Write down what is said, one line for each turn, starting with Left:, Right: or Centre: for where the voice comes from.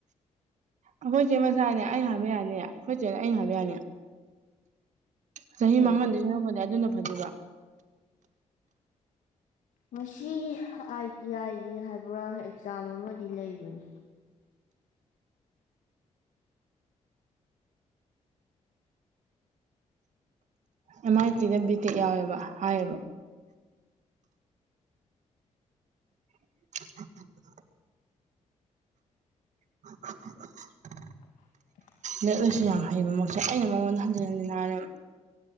Right: ꯑꯈꯣꯏꯆꯦ ꯃꯆꯥꯅꯦ ꯑꯩꯅ ꯍꯥꯏꯕ ꯌꯥꯅꯤ ꯑꯩꯈꯣꯏꯆꯦꯅꯦ ꯑꯩ ꯍꯥꯏꯕ ꯌꯥꯅꯤ ꯆꯍꯤ
Left: ꯂꯣꯏꯁꯨ
Right: ꯃꯥꯡꯍꯟꯗꯣꯢ ꯁꯔꯨꯛꯄꯨꯗꯤ ꯑꯗꯨꯅ ꯐꯗꯣꯢꯕ
Left: ꯉꯁꯤ ꯑꯥꯏ ꯇꯤ ꯑꯥꯏꯒꯤ ꯍꯥꯏꯕ꯭ꯔꯥ ꯑꯦꯛꯖꯥꯝ ꯑꯃꯗꯤ ꯂꯩꯕꯅꯤ
Right: ꯑꯦꯝ ꯑꯥꯏ ꯇꯤꯗ ꯕꯤꯇꯦꯛ ꯌꯥꯎꯋꯦꯕ ꯍꯥꯏꯌꯦꯕ <inaudible> <inaudible>
Left: <inaudible>
Right: ꯂꯩꯛ ꯂꯥꯢꯁꯨ ꯌꯥꯝ ꯍꯩꯕ ꯃꯛꯁꯨ ꯑꯩꯅ ꯃꯉꯣꯟꯗ ꯍꯟꯖꯤꯟ ꯍꯟꯖꯤꯟ ꯍꯥꯏꯔꯝꯅꯤ